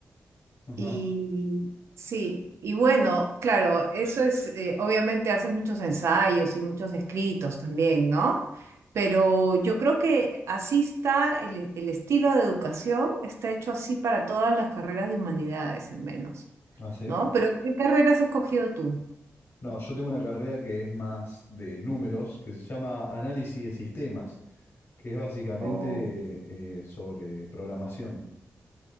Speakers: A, on the left; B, on the right.
A: Ajá.
B: Y sí, y bueno, claro, eso es, eh, obviamente haces muchos ensayos y muchos escritos también, ¿no? Pero yo creo que así está el, el estilo de educación, está hecho así para todas las carreras de humanidades, al menos,
A: Ah, sí.
B: ¿no? Pero ¿qué carreras has escogido tú?
A: No, yo tengo una carrera que es más de números, que se llama análisis de sistemas, que es básicamente
B: Oh.
A: eh, sobre programación.